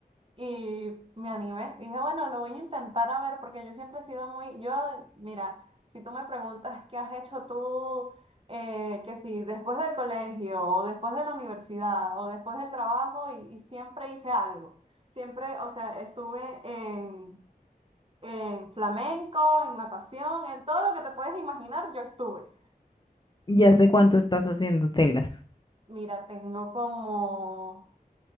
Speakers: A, on the right; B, on the left.
A: y me animé. Dije, bueno, lo voy a intentar a ver, porque yo siempre he sido muy, yo, mira, si tú me preguntas qué has hecho tú, eh, que si después del colegio, o después de la universidad, o después del trabajo, y, y siempre hice algo. Siempre, o sea, estuve en, en flamenco, en natación, en todo lo que te puedes imaginar, yo estuve.
B: ¿Ya sé cuánto estás haciendo telas?
A: Mira, tengo como,